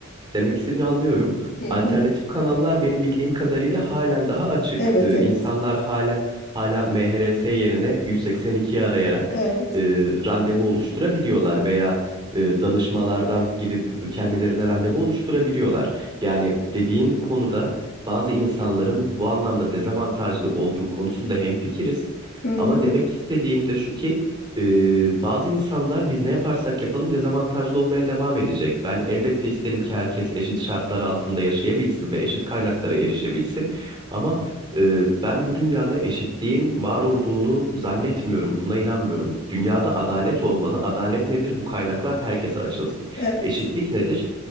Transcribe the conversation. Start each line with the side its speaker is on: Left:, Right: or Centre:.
Right: Demek istediğini anlıyorum.
Left: Hı hı.
Right: Alternatif kanallar benim bildiğim kadarıyla halen daha açık.
Left: Evet,
Right: Ee,
Left: evet.
Right: insanlar hala hala MHRS yerine 182'yi arayarak
Left: Evet.
Right: e, randevu oluşturabiliyorlar veya e, danışmalardan gidip kendilerine randevu oluşturabiliyorlar. Yani dediğin konuda bazı insanların bu anlamda dezavantajlı olduğu konusunda hemfikiriz.
Left: Hı
Right: Ama
Left: hı.
Right: demek istediğim de şu ki ee, bazı insanlar biz ne yaparsak yapalım dezavantajlı olmaya devam edecek. Ben elbette isterim ki herkes eşit şartlar altında yaşayabilsin ve eşit kaynaklara erişebilsin. Ama e, ben bu dünyada eşitliğin var olduğunu zannetmiyorum, buna inanmıyorum. Dünyada adalet olmalı. Adalet nedir? Bu kaynaklar herkese açılsın.
Left: Evet.
Right: Eşitlik nedir?